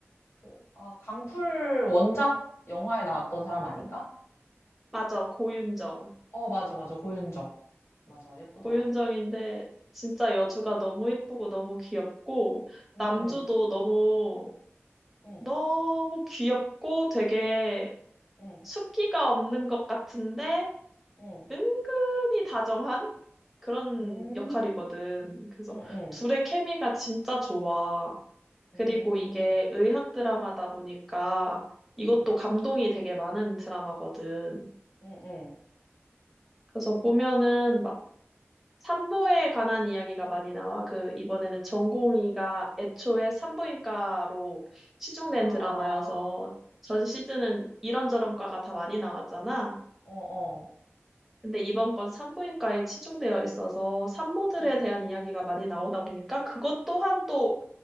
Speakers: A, on the left; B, in the centre.
A: 그, 어, 강풀 원작 영화에 나왔던 사람 아닌가?
B: 맞아, 고윤정.
A: 어, 맞아, 맞아. 고윤정. 맞아. 예쁘더라.
B: 고윤정인데 진짜 여주가 너무 예쁘고 너무 귀엽고,
A: 응,
B: 남주도
A: 응,
B: 너무
A: 응,
B: 너무 귀엽고 되게
A: 응,
B: 숫기가 없는 것 같은데
A: 응.
B: 은근히 다정한 그런
A: 음,
B: 역할이거든. 그래서
A: 응, 응,
B: 둘의 케미가 진짜 좋아. 그리고
A: 음,
B: 이게 의학 드라마다 보니까 이것도
A: 응,
B: 감동이 되게 많은 드라마거든.
A: 응, 응.
B: 그래서 보면은 막 산모에 관한 이야기가 많이 나와. 그, 이번에는 전공의가 애초에 산부인과로 치중된
A: 아,
B: 드라마여서 전 시즌은 이런저런 과가 다 많이 나왔잖아.
A: 어, 어.
B: 근데 이번 건 산부인과에 치중되어 있어서 산모들에
A: 응,
B: 대한 이야기가 많이 나오다 보니까 그것 또한 또